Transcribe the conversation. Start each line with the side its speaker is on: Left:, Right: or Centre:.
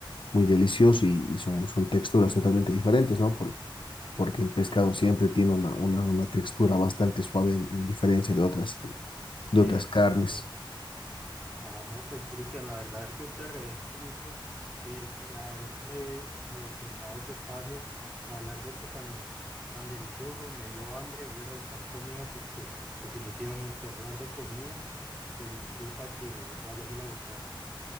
Left: muy delicioso y, y son, son texturas totalmente diferentes, ¿no? Por- porque el pescado
Centre: Exacto,
Left: siempre tiene una, una, una textura bastante suave en, en diferencia de otras, de
Centre: exactamente.
Left: otras carnes.
Centre: Ah, no, pues Cristian, la verdad yo te agradezco mucho el, el haberme eh, prestado este espacio a hablar de esto tan, tan delicioso. Me dio hambre, voy a ir a buscar comida porque definitivamente hablar de comida te invita a que vayas y la buscas.